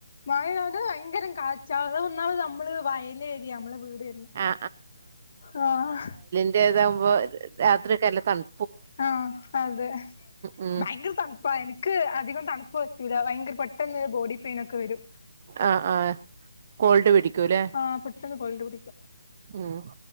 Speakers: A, on the left (about 50°); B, on the right (about 40°).
A: മായാത് ഭയങ്കര കാച്ച അത വന്നാള് നമ്മള് വയലേരിയ മ്മളെ വീട് വരുന്ന
B: ആ
A: ഹാഹ്
B: <unintelligible> കുമ്പോ രാത്രിക്കെല്ല തണു
A: ആഹ് അതെ
B: ഉം
A: ഭയങ്കര തണു അപ്പ എനിക്ക് അധികം തണുപ്പ് പറ്റൂല ഭയങ്കര പെട്ടെന്ന് ബോഡി പെയിനൊക്കെ വരും.
B: ആഹ് ആഹ് കോൾഡ് പിടിക്കൂല്ലേ
A: ആഹ് പെട്ടെന്ന് കോൾഡ് പിടിക്കും
B: ഉം